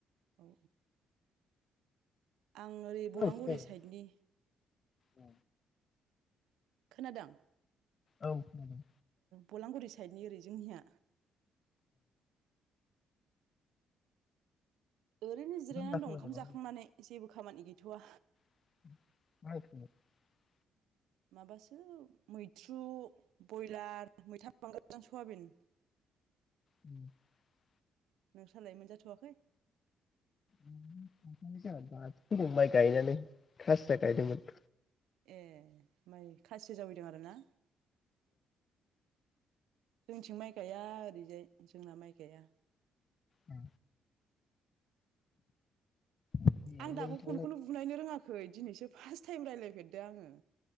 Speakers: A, on the right; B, on the left.
A: औ आं ओरै भलामगुरि
B: खोनादों
A: साइडनि
B: ए
A: खोनादों
B: औ खोनादों
A: भलामगुरि साइडनि ओरै जोंनिया। ओरैनो जिरायनानै
B: जाखांबाय
A: दं, ओंखाम
B: नामा
A: जाखांनानै जेबो खामानि गैया। थावा
B: <unintelligible>
A: माबासो मैथ्रु ब्रयलार मैथा बांगाल सवाबिन।
B: <inaudible>
A: नोंस्रालाय मोनजाथ'वाखै?
B: जोंहा दासो फैदों माइ गायनानै खासिया गायदोंमोन।
A: ए ओमफ्राय खासि जावैदों आरो ना? जोंथिं माइ गाया ओरैजाय जोंना माइ गाया।
B: ए रायलायनाय
A: आं दाबो फनखौनो बुनायनो रोङाखै। दिनैसो फार्स्ट टाइम रायज्लायफेरदो आङो।